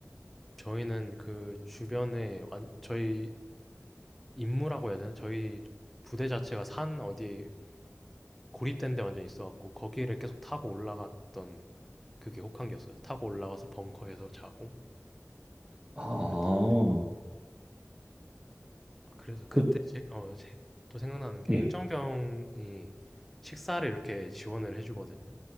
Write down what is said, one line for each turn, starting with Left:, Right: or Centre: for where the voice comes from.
Centre: 저희는 그 주변에 완 저희 임무라고 해야 되나? 저희 부대 자체가 산 어디에 고립된 데 완전 있어갖고 거기를 계속 타고 올라갔던 그게 혹한기였어요. 타고 올라가서 벙커에서 자고
Right: 아,
Centre: 그랬던 것 같아요. 아, 그래서 그때
Right: 그,
Centre: 제, 어, 제- 또 생각나는 게
Right: 예,
Centre: 행정병이 식사를 이렇게 지원을 해주거든요.